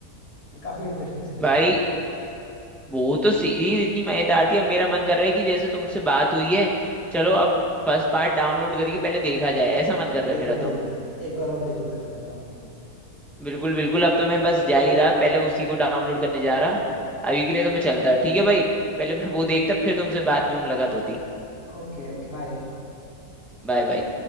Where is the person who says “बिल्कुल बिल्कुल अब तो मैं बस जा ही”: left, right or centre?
Centre